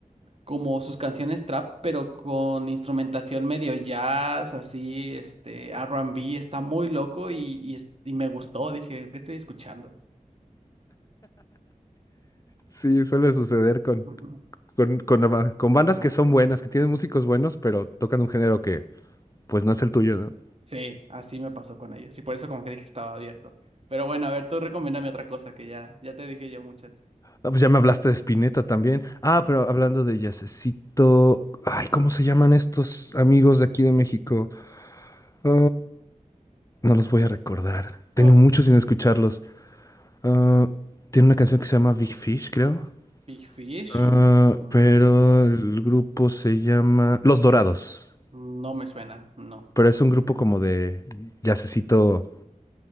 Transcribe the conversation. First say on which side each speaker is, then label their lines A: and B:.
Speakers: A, on the right; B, on the left.
A: como sus canciones trap, pero con instrumentación medio jazz, así, este, R&B, está muy loco y, y, es- y me gustó, dije, ¿qué estoy escuchando?
B: Sí, suele suceder con,
A: Ujú,
B: con, con la- con bandas
A: Ajá.
B: que son buenas, que tienen músicos buenos, pero tocan un género que pues no es el tuyo, ¿no?
A: Sí, así me pasó con ellos y por eso como que dije estaba abierto. Pero bueno, a ver, tú recomiéndame otra cosa que ya, ya te dije yo muchas.
B: Ah, pues ya me hablaste de Spinetta también. Ah,
A: Ujú.
B: pero hablando de jazzcito, ay, ¿cómo se llaman estos amigos de aquí de México? Ah, no los voy a recordar. Tengo
A: Oh,
B: mucho sin escucharlos. Ah, tiene una canción que se llama Big Fish, creo.
A: Big Fish.
B: Ah,
A: Mm,
B: pero el grupo se llama Los Dorados.
A: no me suena, no.
B: Pero es un grupo como de jazzcito